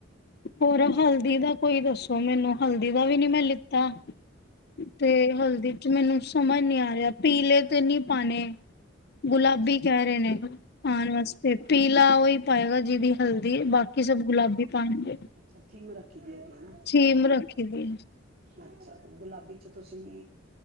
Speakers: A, on the left (about 55°); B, on the right (about 50°).
A: ਹੋਰ ਹਲਦੀ ਦਾ ਕੋਈ ਦੱਸੋ ਮੈਨੂੰ ਹਲਦੀ ਦਾ ਵੀ ਲੀ ਤਾਂ, ਤੇ ਹਲਦੀ ਚ ਮੈਨੂੰ ਸਮਝ ਨਹੀਂ ਆ ਰਿਹਾ ਪੀਲੇ ਤੇ ਨਹੀਂ ਪਾਣੇ ਗੁਲਾਬੀ
B: ਅੱਛਾ
A: ਕਹਿ ਰਹੇ ਨੇ ਖਾਣ ਵਾਸਤੇ
B: ਅੱਛਾ
A: ਪੀਲਾ ਉਹੀ ਪਏਗਾ ਜੀਦੀ, ਦੀ ਬਾਕੀ ਸਭ ਗੁਲਾਬੀ ਪਾਣੀ
B: ਅੱਛਾ ਥੀਮ ਰੱਖੀ ਦੀ ਉਹਦੀ ਹਨਾ
A: ਸੀਮ ਰੱਖੀ ਦੀ
B: ਅੱਛਾ ਤੇ ਗੁਲਾਬੀ ਚ ਤੁਸੀਂ